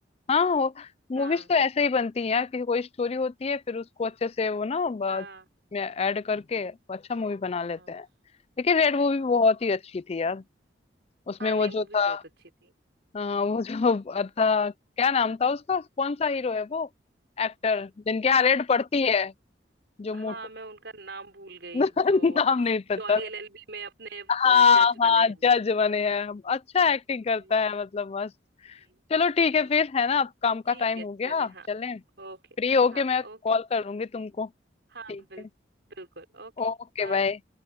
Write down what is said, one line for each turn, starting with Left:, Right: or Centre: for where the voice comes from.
Left: हाँ हो मूवीज
Right: हाँ
Left: तो ऐसे ही बनती हैं यार कि कोई स्टोरी होती है फिर उसको अच्छे से वो ना ब-
Right: हाँ
Left: में ऐड करके अच्छा मूवी बना
Right: हाँ
Left: लेते हैं लेकिन रेड मूवी
Right: हाँ
Left: बहुत
Right: बिल्कुल
Left: ही अच्छी थी यार उसमें
Right: हाँ
Left: वो
Right: नहीं
Left: जो
Right: मूवी
Left: था
Right: बहुत अच्छी थी
Left: अ,
Right: हम्म
Left: वो जो था क्या नाम था उसका कौन सा हीरो है वो एक्टर जिनके यहाँ रेड पड़ती है जो
Right: हाँ
Left: मोटू
Right: मैं उनका नाम भूल गई
Left: <laughs>
Right: जो
Left: नाम नहीं पता
Right: जॉली एलएलबी में अपने
Left: हाँ
Right: जज
Left: हाँ
Right: बने हैं
Left: जज बने हैं अच्छा एक्टिंग करता
Right: जी
Left: है मतलब मस्त
Right: जी
Left: चलो ठीक है
Right: जी
Left: फिर है ना अब काम का
Right: ठीक
Left: टाइम
Right: है
Left: हो
Right: चलिए
Left: गया
Right: हाँ
Left: चलें
Right: ओके
Left: फ्री होके
Right: हाँ
Left: मैं
Right: ओके
Left: कॉल करूंगी तुमको
Right: हाँ
Left: ठीक
Right: बिल
Left: है
Right: बिल्कुल ओके
Left: ओके
Right: बाय
Left: बाय